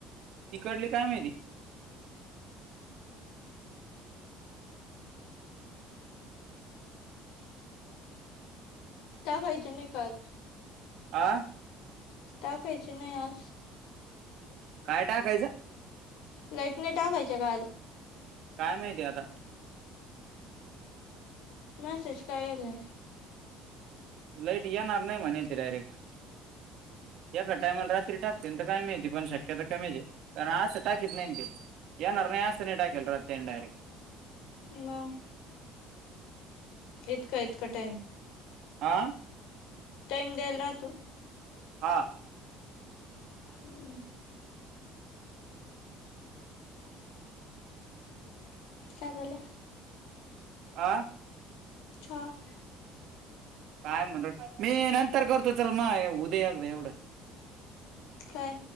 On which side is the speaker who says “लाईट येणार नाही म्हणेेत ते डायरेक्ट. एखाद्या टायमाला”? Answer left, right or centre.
Right